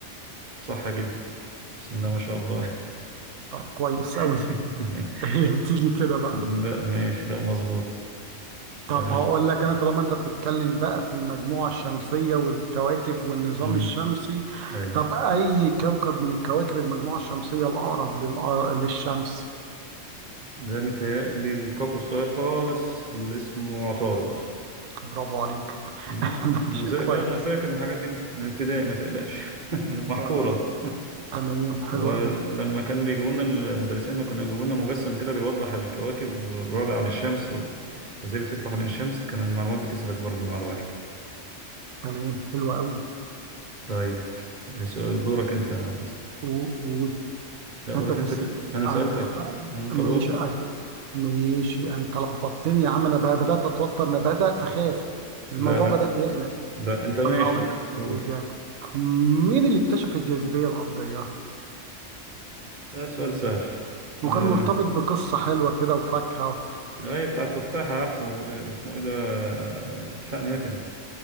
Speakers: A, on the right (about 45°); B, on the right (about 85°).
A: صح جدا بسم الله ما شاء الله
B: طب كويس أوي
A: <laughs>
B: هي بتيجي كده بقى
A: لا ماشي لا مظبوط تمام
B: طب هقول لك انا طالما انت بتتكلم بقى في المجموعة الشمسية والكواكب والنظام
A: امم
B: الشمسي
A: اي
B: طب اي كوكب من الكواكب المجموعة الشمسية الاقرب للأر- للشمس
A: ده متهيألي الكوكو الصغير خالص اللي اسمه عطارد
B: برافو عليك
A: آه.
B: <laughs> ماشي
A: زي
B: كويس
A: لا انا فاكر من الحاجات دي من من ابتدائي ما تقلقش <laughs> محفورة
B: كويس تمام حلو
A: ولما
B: قوي
A: كان بيجيبوا لنا المدرسين ما كانوا بيجيبوا لنا مجسم كده بيوضح الكواكب وبعد عن الشمس و... وازاي بتلف حوالين الشمس كان المعلومات بتثبت برضو مع الواحد
B: تمام حلو قوي
A: طيب سؤال- دورك انت يا حسن
B: و- و-
A: لا دورك
B: انت في
A: انت
B: الس...
A: ت... انا
B: ع-
A: سألتك
B: ع-
A: انت
B: ماشي
A: دور
B: ع- ماشي انت لخبطتني يا عم انا ب- بدات اتوتر انا بدات اخاف الموضوع
A: لا لا
B: بدا يقلق
A: ده انت
B: طب
A: ماشي
B: هقول لك حاجه
A: قول
B: مين اللي اكتشف الجاذبيه الارضيه
A: ده سؤال سهل
B: وكان
A: آه،
B: مرتبط بقصه حلوه كده وفاكهه
A: أي بتاع التفاحة عارفه آه، اسمه إيه ده آه، إسحاق نيوتن